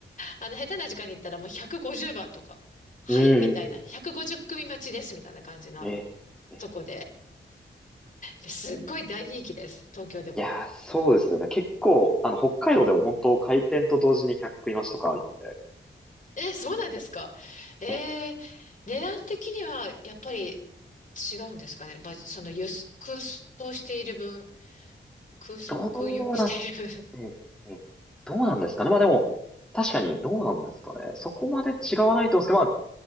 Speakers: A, on the left (about 40°); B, in the centre.
A: あの、下手な時間に行ったらもう150番とか、はいみたいな、
B: うーん、
A: 150組待ちですみたいな感じな
B: ええ、ええ
A: とこで <laughs> すっごい大人気です、東京でも。
B: いやー、そうですよね。結構、あの、北海道でも本当開店と同時に100食増しとかあるの
A: え、そうなんですか。えー、
B: で、え、
A: 値段的にはやっぱり違うんですかね。まあ、その輸送空想している分、空想空輸
B: どうなん、
A: <laughs> している分。
B: え、え、どうなんですかね。まあでも、確かにどうなんですかね。そこまで違わないと思うんですけど、まあ、